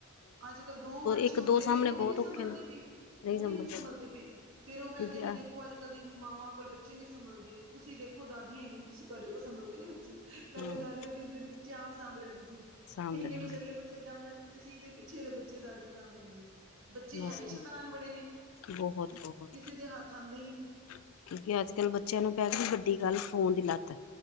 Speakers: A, on the right; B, on the left.
A: ਅੱਜ- ਕੱਲ ਦੋ ਬੱਚੇ
B: ਇੱਕ
A: ਹੁੰਦੇ
B: ਦੋ ਸਾਹਮਣੇ
A: ਨੇ, ਉਹ ਵੀ
B: ਬਹੁਤ
A: ਨੀ ਸੰਭਲਦੇ
B: ਔਖੇ ਨੇ
A: ਪਏ
B: ਨਹੀਂ
A: ਉਹ
B: ਸੰਭਲਦਾ
A: ਵੀ ਨੀ ਸੰਭਲਦੇ
B: ਨਹੀਂ
A: ਪਏ, ਫਿਰ ਉਹ ਕਹਿੰਦੇ
B: ਕਿਉਂਕਿ
A: ਨੇ
B: ਆ
A: ਦੇਖੋ ਅੱਜ ਅੱਜ-ਕੱਲ ਦੀ ਮਾਂਵਾ ਕੋਲ ਬੱਚੇ ਨੀ ਸੰਭਲਦੇ, ਤੁਸੀਂ ਦੇਖੋ ਦਾਦੀਆਂ ਹੈਗੀਆਂ ਤੁਸੀਂ ਤੁਹਾਡੇ ਕੋਲ ਸੰਭਲਦੇ ਨੇ ਬੱਚੇ ਪਹਿਲੇ
B: ਹਾਂ
A: ਦਾਦੀਆਂ ਤਿੰਨ -ਤਿੰਨ ਬੱਚੇ ਆਪ ਸਾਂਭ ਲੈਂਦੀ ਸੀ,
B: ਸਾਂਭ
A: ਇੰਨੇ
B: ਲੈਂਦੇ
A: ਵਿੱਚ ਅਗਲੇ ਬੱਚੇ ਜੰਮ ਲੈਣ ਸੀ ਇਹਦੇ ਪਿੱਛੇ ਵਾਲੇ ਬੱਚੇ ਦਾਦੀਆਂ ਸਾਂਭ ਲੈਂਦੀਆਂ ਸੀ ਬੱਚੇ
B: ਬਸ
A: ਹੈ ਹੀ ਸ਼ੈਤਾਨ ਬੜੇ ਨੇ,
B: ਬਹੁਤ ਬਹੁਤ
A: ਕਿਸੇ ਦੇ ਹੱਥ ਆਂਦੇ ਹੀ ਨਹੀਂ
B: ਕਿਉਂਕਿ ਅੱਜ -ਕੱਲ ਬੱਚਿਆਂ ਨੂੰ ਪੈ ਗਈ ਵੱਡੀ ਗੱਲ ਫ਼ੋਨ ਦੀ ਲੱਤ